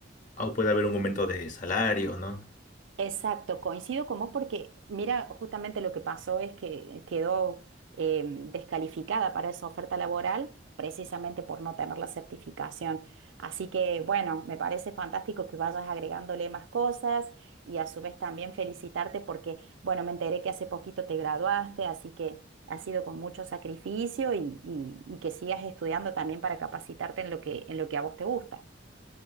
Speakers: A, on the left (about 45°); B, on the right (about 75°).
A: o puede haber un aumento de salario, ¿no?
B: Exacto, coincido con vos porque mira, justamente lo que pasó es que quedó eh, descalificada para esa oferta laboral precisamente por no tener la certificación. Así que bueno, me parece fantástico que vayas agregándole más cosas y a su vez también felicitarte porque bueno, me enteré que hace poquito te graduaste, así que ha sido con mucho sacrificio y, y- y que sigas estudiando también para capacitarte en lo que, en lo que a vos te gusta.